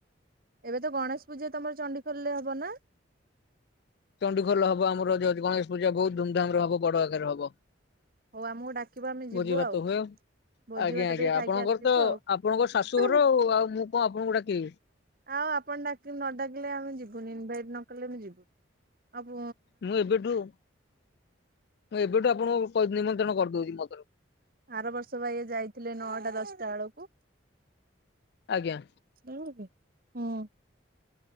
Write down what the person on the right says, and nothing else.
ଏବେ ତ ଗଣେଶ ପୂଜା ତମର ଚଣ୍ଡିଖୋଲ ରେ ହବ ନା।
ହଉ ଆମକୁ ଡାକିବ ଆମେ
ଯିବୁ
ଆଉ।
ଭୋଜି
ଭାତ
ଟିକେ ଖାଇକି
ଆସିବୁ
ଆଉ
ଆଉ ଆପଣ ଡାକି ନ ଡାକିଲେ ଆମେ ଯିବୁନି। ଇନଭାଇଟ୍ ନ କଲେ ଆମେ ଯିବୁନି। ଆପ
ଆର ବର୍ଷବା ଇଏ ଯାଇଥିଲେ ନଅଟା ଦଶଟା ବେଳକୁ।
ଜଣ ହୁଁ <unintelligible>